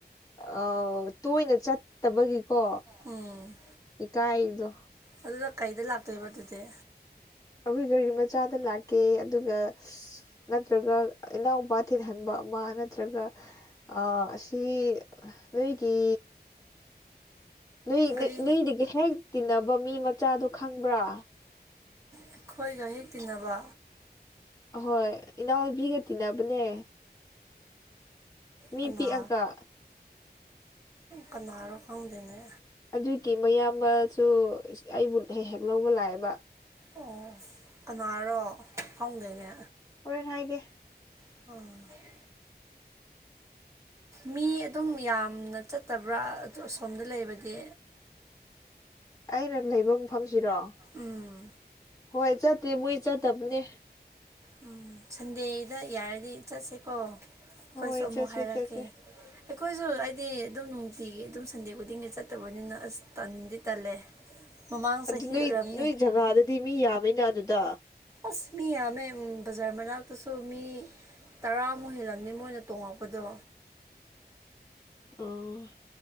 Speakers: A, on the left; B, on the right.
A: ꯑꯥ ꯇꯣꯏꯅ ꯆꯠꯇꯕꯒꯤꯀꯣ
B: ꯎꯝ
A: ꯏꯀꯥꯏꯗꯣ
B: ꯑꯗꯨꯗ ꯀꯩꯗ ꯂꯥꯛꯇꯣꯏꯕ ꯑꯗꯨꯗꯤ
A: ꯑꯈꯣꯏ ꯒꯥꯔꯤ ꯃꯆꯥꯗ ꯂꯥꯛꯀꯦ ꯑꯗꯨꯒ ꯅꯠꯇ꯭ꯔꯒ ꯏꯅꯥꯎꯄꯥ ꯊꯤꯟꯍꯟꯕ ꯑꯃ ꯅꯠꯇ꯭ꯔꯒ ꯑꯥ ꯑꯁꯤ ꯅꯣꯏꯒꯤ ꯅꯣꯏ
B: ꯒꯥꯔꯤ
A: ꯅꯣꯏꯗꯒꯤ ꯍꯦꯛ ꯇꯤꯟꯅꯕ ꯃꯤ ꯃꯆꯥꯗꯣ ꯈꯪꯕ꯭ꯔꯥ
B: ꯑꯩꯈꯣꯏꯒ ꯍꯦꯛ ꯇꯤꯟꯅꯕ
A: ꯑꯍꯣꯏ ꯏꯅꯥꯎꯅꯨꯕꯤꯒ ꯇꯤꯟꯅꯕꯅꯦ ꯃꯤ
B: ꯀꯅꯥ
A: ꯄꯤꯛꯑꯒ
B: ꯀꯅꯥꯔꯣ ꯈꯪꯗꯦꯅꯦ
A: ꯑꯗꯨꯒꯤ ꯃꯌꯥꯝꯕꯖꯨ ꯑꯁ ꯑꯩꯕꯨ ꯍꯦꯛ ꯍꯦꯛ ꯂꯧꯕ ꯂꯥꯛꯑꯦꯕ
B: ꯑꯣ ꯀꯅꯥꯔꯣ ꯈꯪꯗꯦꯅꯦ
A: ꯍꯣꯔꯦꯟ ꯍꯥꯏꯒꯦ
B: ꯑꯥ ꯃꯤ ꯑꯗꯨꯝ ꯌꯥꯝꯅ ꯆꯠꯇꯕ꯭ꯔꯥ ꯑꯥ ꯑꯁꯣꯝꯗ ꯂꯩꯕꯗꯤ
A: ꯑꯩꯅ ꯂꯩꯕ ꯃꯐꯝꯁꯤꯔꯣ
B: ꯎꯝ
A: ꯍꯣꯏ ꯆꯠꯇꯦ ꯃꯣꯏ ꯆꯠꯇꯕꯅꯦ
B: ꯎꯝ ꯁꯟꯗꯦꯗ ꯌꯥꯔꯗꯤ ꯆꯠꯁꯤꯀꯣ ꯑꯈꯣꯏꯁꯨ
A: ꯍꯣꯏ
B: ꯑꯃꯨꯛ
A: ꯆꯠꯁꯦ
B: ꯍꯥꯏꯔꯛꯀꯦ
A: ꯆꯠꯁꯦ
B: ꯑꯩꯈꯣꯏꯁꯨ ꯍꯥꯏꯗꯤ ꯑꯗꯨꯝ ꯅꯨꯡꯇꯤꯒꯤ ꯑꯗꯨꯝ ꯁꯟꯗꯦ ꯈꯨꯗꯤꯡꯒꯤ ꯆꯠꯇꯕꯅꯤꯅ ꯑꯁ ꯇꯟꯗꯤ ꯇꯜꯂꯦ <inaudible>
A: ꯑꯗꯨ
B: ꯆꯍꯤ
A: ꯅꯣꯏ
B: ꯑꯣꯏꯔꯝꯅꯤ
A: ꯅꯣꯏ ꯖꯒꯥꯗꯨꯗꯤ ꯃꯤ ꯌꯥꯝꯃꯦꯅ ꯑꯗꯨꯗ
B: ꯑꯁ ꯃꯤ ꯌꯥꯝꯃꯦ ꯎꯝ ꯕꯖꯥꯔ ꯃꯅꯥꯛ ꯗꯨꯁꯨ ꯃꯤ ꯇꯔꯥꯃꯨꯛ ꯍꯦꯜꯂꯝꯅꯤ ꯃꯣꯏꯅ ꯇꯣꯡꯉꯛꯄꯗꯣ
A: ꯑꯣ